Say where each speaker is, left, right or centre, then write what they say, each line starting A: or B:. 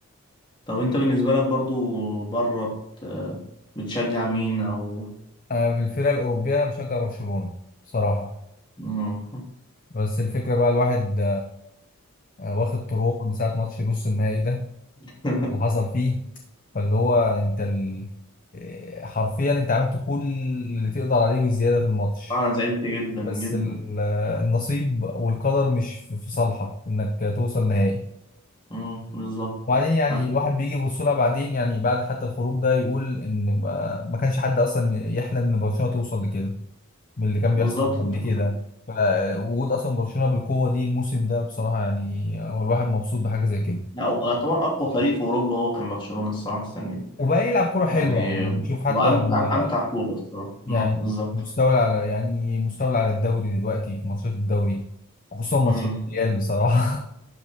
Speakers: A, on the left (about 20°); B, on the left (about 35°).
A: طب انت بالنسبة لك برضو بره بت... بتشجع مين او
B: آه، في الفرق الاوروبيه انا مشجع برشلونه بصراحه
A: مم.
B: بس الفكره بقى الواحد آه، واخد طروق من ساعه ماتش نص النهائي ده
A: <laughs>
B: اللي حصل فيه فاللي هو انت ال... آه، حرفيا انت عملت كل اللي تقدر عليه وزياده في الماتش
A: انا زعلت جدا
B: بس
A: جدا
B: ال- آه، النصيب والقدر مش في في صالحك انك توصل نهائي
A: مم، بالظبط
B: وبعدين يعني
A: أنا-
B: الواحد بيجي يبص لها بعدين يعني بعد حتى الخروج ده يقول ان ما ما كانش حد اصلا يحلم ان برشلونه توصل لكده من اللي كان
A: بالظبط
B: بيحصل قبل
A: انت كنت
B: كده فوجود اصلا برشلونه بالقوه دي الموسم ده بصراحه يعني هو الواحد مبسوط بحاجه زي كده
A: لا، هو يعتبر اقوى فريق في اوروبا هو كان برشلونة الصراحة السنة دي
B: وبقى يلعب كوره حلوه
A: يعني
B: يعني نشوف حتى
A: وامتع
B: لما-
A: امتع كورة الصراحة
B: يعني
A: مم، بالظبط
B: مستولى على يعني مستولى على الدوري دلوقتي في ماتشات الدوري وخصوصا ماتشات
A: مم.
B: الريال بصراحه